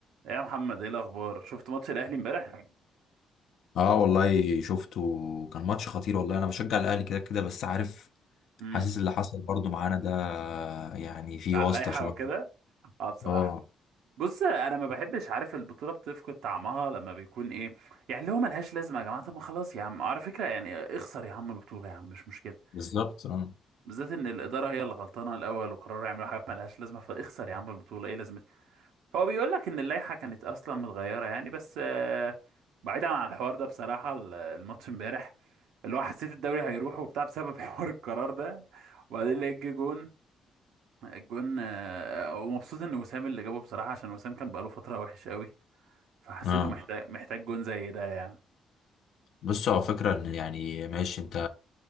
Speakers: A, on the right; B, on the left.
A: إيه يا محمد ايه الاخبار شفت ماتش الاهلي امبارح
B: اه والله شفته كان ماتش خطير والله انا بشجع الاهلي كده كده بس عارف
A: امم
B: حاسس اللي حصل برضو معانا ده يعني في
A: على
B: واسطة
A: اللائحه
B: شوية
A: وكده اه بصراحه
B: اه
A: بص انا ما بحبش عارف البطوله بتفقد طعمها لما بيكون ايه يعني اللي هو ملهاش لازمه يا جماعه طب ما خلاص يا عم على فكره يعني اخسر يا عم البطوله يا عم مش مشكله
B: بالظبط اه
A: بالذات ان الاداره هي اللي غلطانه الاول وقرروا يعملوا حاجه ملهاش لازمه فاخسر يا عم البطوله ايه لازمتها هو بيقول لك ان اللائحه كانت اصلا متغيره يعني بس آه، بعيدا عن الحوار ده بصراحه ال- الماتش امبارح اللي هو حسيت الدوري هيروح وبتاع بسبب <laughs> حوار القرار ده وبعدين لقيت جه جون الجون آه، ومبسوط ان وسام اللي جابه بصراحه عشان وسام كان بقاله فتره وحش قوي فحسيته
B: اه
A: آه. محتاج محتاج جون زي ده يعني
B: بص على فكرة ان يعني ماشي انت